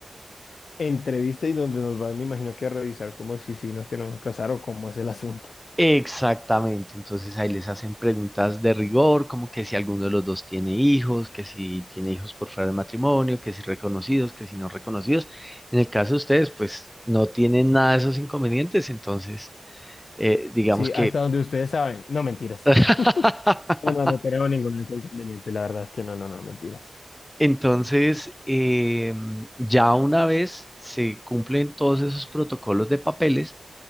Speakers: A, on the left (about 85°); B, in the centre.
A: Entrevista y donde nos van, me imagino que a revisar como si si no es que nos vamos a casar o cómo es el asunto.
B: Exactamente, entonces ahí les hacen preguntas de rigor, como que si alguno de los dos tiene hijos, que si tiene hijos por fuera del matrimonio, que si reconocidos, que si no reconocidos. En el caso de ustedes, pues no tienen nada de esos inconvenientes, entonces eh, digamos
A: Sí,
B: que...
A: hasta donde ustedes saben. No, mentiras.
B: <laughs>
A: <laughs> No, no, no tenemos ningún inconveniente. La verdad es que no, no, no, mentiras.
B: Entonces, eh, ya una vez se cumplen todos esos protocolos de papeles